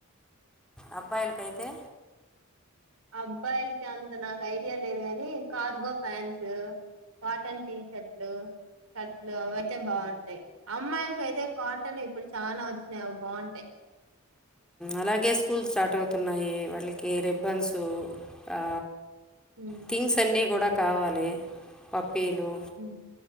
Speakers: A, in the centre; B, on the right (about 85°).
A: అబ్ బాయిలుక అతే
B: అబ్బాయిలకి అంత నాకు ఐడియా లేదు గాని కార్గో ఫ్యాన్స్ కాటన్ టీషర్ట్లు షర్ట్లు అవయితే బాగుంటాయి అమ్మాయిలకి అయితే కాటన్ ఇప్పుడు చానా వచ్చినాయి అవి బాగుంటాయి
A: అలాగే స్కూల్ స్టార్ట్ అవుతున్నాయి వాళ్ళకి రిబ్బన్సు ఆ
B: ఉమ్
A: థింగ్స్ అన్నీ కూడా కావాలి పప్పీలు
B: ఉమ్